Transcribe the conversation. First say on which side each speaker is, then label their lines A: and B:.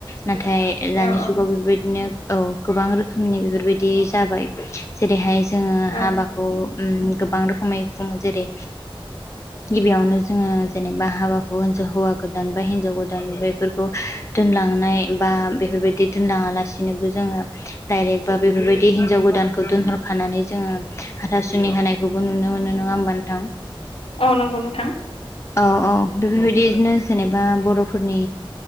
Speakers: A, on the left (about 30°); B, on the left (about 80°).
A: नाथाय दानि
B: औ औ
A: जुगाव बेफोरबायदिनो औ गोबां रोखोमनि बेफोरबायदि जाबाय जेरैहाय जोङो
B: औ
A: हाबाखौ गोबां रोखोमै खुङो जेरै गिबियावनो जोङो जेनेबा हाबाखौ जे हौवा गोदान बा हिनजाव गोदान बेफोरखौ दोनलांनाय बा बेफोरबायदि दोनलाङालासे लासिनोबो जोङो डायरेक्ट बा बेफोरबायदि हिनजाव गोदानखौ दोनहरखानानै जोङो हाथासुनि होनायखौबो नुनो मोनो। मोनो नङा होमबा नोंथां।
B: औ नंगौ नोंथां।
A: औ - औ बेफोरबायदिनो जेनेबा बर'फोरनि